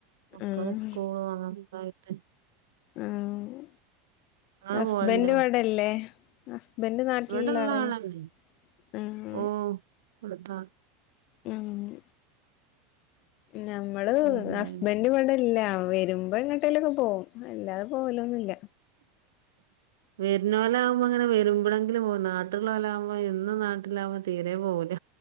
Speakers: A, on the right (about 80°); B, on the left (about 55°).
A: മക്കള്
B: ആഹ്
A: സ്കൂള ആയിട്ട്
B: ആഹ്
A: ങ്ങള്
B: ഹസ്ബൻഡ്
A: പോണ്ടോ
B: ഇവിടെല്ലേ ഹസ്ബൻഡ് നാട്ടിലുള്ള
A: ഇവിടെള്ള
B: ആളല്ലേ
A: ആളന്നെ
B: ആഹ്
A: ഓ അടുത്താ
B: മ്മ് നമ്മള്
A: പിന്നെ
B: ഹസ്ബന്ഡ് പടെല്ല വരുമ്പോ എങ്ങോട്ടേലൊക്കെ പോകും അല്ലാതെ പോലൊന്നില്ല
A: വരുന്നോലാകുമ്പോൾ അങ്ങനെ വരുമ്പഴെങ്കിലും പോകും നാടട്ടിലുള്ളോലാകുമ്പോൾ എന്നും നാട്ടിലാകുമ്പോ തീരെ പോകുല